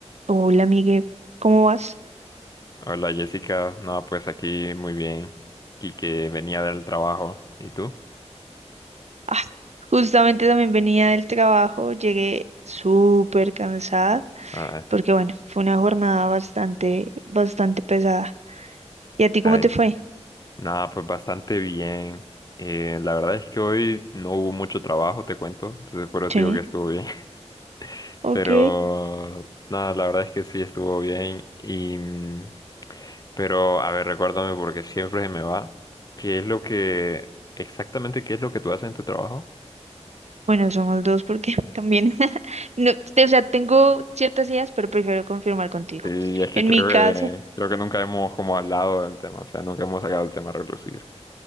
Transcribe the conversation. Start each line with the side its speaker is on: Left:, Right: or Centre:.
Right: Hola, amigue, ¿cómo vas?
Left: Hola Jessica, no, pues aquí muy bien. Y que venía del trabajo. ¿Y tú?
Right: Ah, justamente también venía del trabajo, llegué súper cansada,
Left: Ay,
Right: porque bueno, fue una jornada bastante, bastante pesada. ¿Y a ti
Left: ay.
Right: cómo te fue?
Left: Nada, pues bastante bien. Eh, la verdad es que hoy no hubo mucho trabajo, te cuento. Entonces por eso
Right: Sí,
Left: te digo que estuvo bien. <laughs>
Right: ok.
Left: Pero nada, la verdad es que sí estuvo bien. Y mm, pero a ver, recuérdame porque siempre se me va. ¿Qué es lo que exactamente qué es lo que tú haces en tu trabajo?
Right: Bueno, somos dos porque <laughs> también, <laughs> no, o sea, tengo ciertas ideas, pero prefiero confirmar contigo.
Left: Y es que
Right: En
Left: creo
Right: mi caso,
Left: que creo que nunca hemos como hablado del tema, o sea, nunca hemos sacado el tema a relucir.